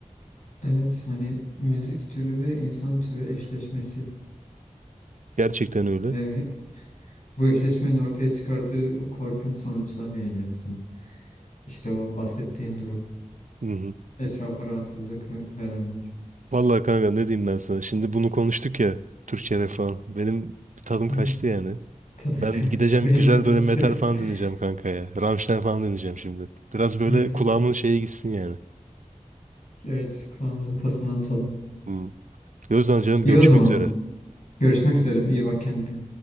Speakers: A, on the left (about 70°); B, on the right (about 70°).
A: evet hani müzik türü ve insan türü eşleşmesi
B: Gerçekten öyle.
A: ve <laughs> bu eşleşmenin ortaya çıkardığı o korkunç sonuçlar yani resmen. İşte o bahsettiğin durum.
B: Hı hı.
A: Etrafa rahatsızlık ve- verenler.
B: Vallahi kanka ne diyeyim ben sana. Şimdi bunu konuştuk ya. Türkçe rap falan. Benim tadım
A: Evet.
B: kaçtı yani.
A: Tadın
B: Ben
A: kaçtı.
B: gideceğim
A: <laughs> Benim
B: güzel
A: de kaçtı.
B: böyle metal falan
A: <laughs>
B: dinleyeceğim kanka ya. Rammstein falan dinleyeceğim şimdi. Biraz böyle
A: Gerçekten.
B: kulağımın şeye gitsin yani.
A: Evet, kulağımızın pasını atalım.
B: Hmm. O zaman canım
A: İyi
B: görüşmek
A: o zaman.
B: üzere.
A: Görüşmek üzere. İyi bak kendine.